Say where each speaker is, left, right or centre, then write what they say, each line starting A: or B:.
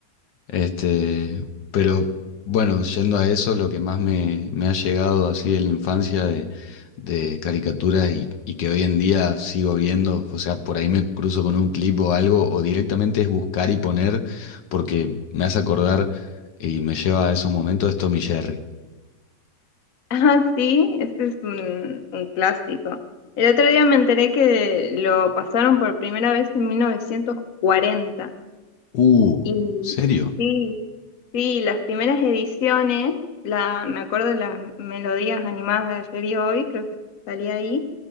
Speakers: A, on the left (about 70°); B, on the left (about 50°).
A: Este, pero bueno, yendo a eso, lo que más me, me ha llegado así de la infancia de, de caricaturas y, y que hoy en día sigo viendo, o sea, por ahí me cruzo con un clip o algo, o directamente es buscar y poner, porque me hace acordar y me lleva a esos momentos de Tom y Jerry.
B: Ah, sí, ese es un, un clásico. El otro día me enteré que lo pasaron por primera vez en mil novecientos cuarenta
A: Uh,
B: Y
A: ¿serio?
B: sí, sí, las primeras ediciones, la, me acuerdo de las melodías animadas de ayer y hoy, creo que salía ahí,